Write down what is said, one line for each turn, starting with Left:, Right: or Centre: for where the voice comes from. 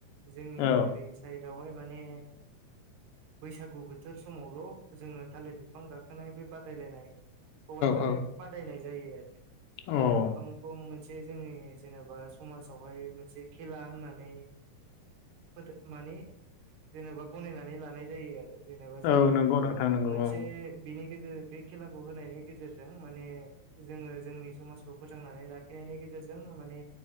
Right: जोंनि
Left: औ
Right: ओरै साइदावहाय माने बैसागु बोथोर समावल' जोङो थालिर बिफां गाखोनाय बे बादायलायनायखौहाय माने
Left: औ
Right: बादायनाय जायो आरो
Left: औ
Right: थालिर बिफांखौ मोनसे जोंनि जेनेबा समाजावहाय मोनसे खेला होननानै फथ मानि जेनेबा गनायनानै लानाय जायो आरो जेनेबा जाय
Left: अ औ नंगौ नोंथां नंगौ
Right: मोनसे
Left: औ
Right: बिनि गेजेर बे खेलाखौ होनायनि गेजेरजों माने जोङो जोंनि समाजखौ फोथांनानै लाखिनायनि गेजेरजों माने